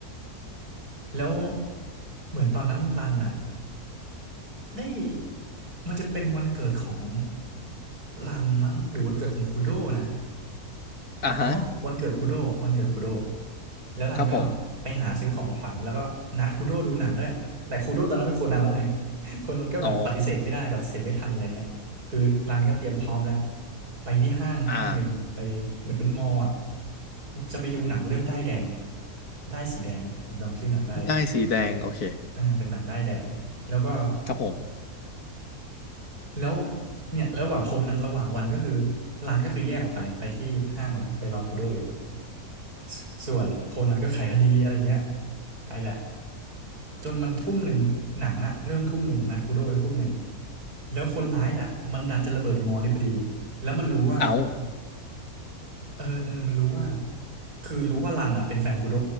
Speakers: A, on the right (about 80°); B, on the left (about 75°).
A: แล้วเหมือนตอนนั้นรันอ่ะได้มันจะเป็นวันเกิดของรันมั้งหรือวันเกิดของคูโดนะ
B: อ่าฮะ
A: อ๋อวันเกิดคุโดวันเกิดคุโดแล้วรันก็ไปหาซื้อของขวัญแล้วก็นัดคุโดดูหนังด้วยแต่คุโดตอนนั้นเป็นโคนนั้นแล้วไง
B: ครับผม
A: <laughs> โคนนั้นก็แบบปฏิเสธไม่ได้ปฏิเสธไม่ทันอะไรเงี้ยคือรันก็เตรียมพร้อมแล้ว
B: อ๋อ
A: ไปที่ห้างห้างหนึ่งไปเหมือนเป็นมอลล์อ่ะ
B: อ่า
A: จะไปดูหนังเรื่องด้ายแดงด้ายสีแดงผมจำชื่อหนังได้เลย
B: ได้สีแดงโอเค
A: เออเป็นหนังด้ายแดงแล้วก็
B: ครับผม
A: แล้วเนี่ยแล้วระหว่างโค้งนั้นระหว่างวันก็คือรันก็คือแยกออกไปไปที่ห้างเลยไปรอคูโดอยู่สส่วนโคนนั้นก็ไขายคดีอะไรเงี้ยไปแหละจนมันทุ่มหนึ่งหนังอะเริ่มทุ่มหนึ่งนัดคูโดไว้ทุ่มหนึ่งแล้วคนร้ายน่ะมันดันจะระเบิดมอนี่พอดีแล้วมันรู้ว่า
B: เอา
A: เออเออมันรู้ว่าคือรู้ว่ารันอะเป็นแฟนคูโด